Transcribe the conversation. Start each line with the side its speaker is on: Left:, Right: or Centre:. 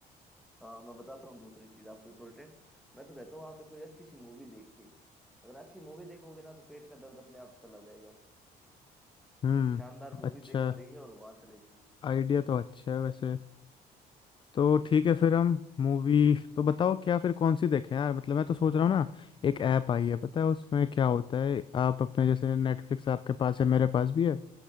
Centre: हाँ मैं बताता हूँ दूसरी चीज आपको इंपॉर्टेंट मैं तो कहता हूँ आप कोई अच्छी सी मूवी देखिए अगर अच्छी मूवी देखोगे ना तो पेट का दर्द अपने आप चला जाएगा
Left: हम्म
Centre: किसी शानदार मूवी
Left: अच्छा
Centre: देख कर आइए और वहां चले जाइए
Left: आइडिया तो अच्छा है वैसे तो
Centre: बिल्कुल
Left: ठीक है फिर हम मूवी तो बताओ क्या फिर कौन सी देखें यार मतलब मैं तो सोच रहा हूँ ना एक ऐप आई है पता है उसमें क्या होता है आप अपने जैसे नेटफ्लिक्स आपके पास है मेरे पास भी है